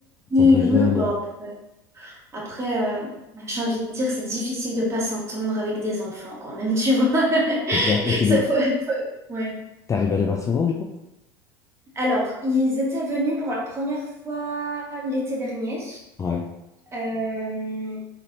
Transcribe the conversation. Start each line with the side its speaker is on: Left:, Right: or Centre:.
Left: ils
Right: oui,
Left: sont plus jeunes,
Right: oui, bah,
Left: ouais.
Right: après, après, euh, j'ai envie de dire, c'est difficile de pas s'entendre avec des enfants quand même, tu vois. <laughs>
Left: C'est clair. Mais tu
Right: Ça,
Left: les...
Right: faut- faut- Ouais.
Left: T'arrives à les voir souvent, du coup?
Right: Alors, ils étaient venus pour la première fois l'été dernier.
Left: Ouais.
Right: Euh,